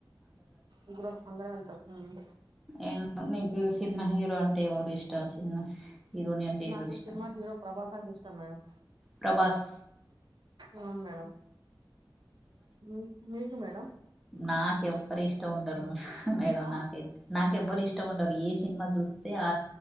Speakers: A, on the right; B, in the centre.
A: ఇద్దరు అందరం వెళ్తాం ఉమ్
B: ఏమ్ నీకు సినిమా హీరో అంటే ఎవరు ఇష్టం సినిమా హీరోని అంటే
A: నాకు
B: ఎవరు ఇష్టం
A: సినిమా హీరో ప్రభాస్ అంటె ఇష్టం మేడం
B: ప్రభాస్
A: అవున్ మేడం మీ మీకు మేడం
B: నాక్ ఎవ్వర్ ఇష్టం ఉండరు మేడం
A: ఆ
B: నాకైతే నాక్ ఎవ్వరు ఇష్టం ఉండరు ఏ సినిమా చూస్తే ఆ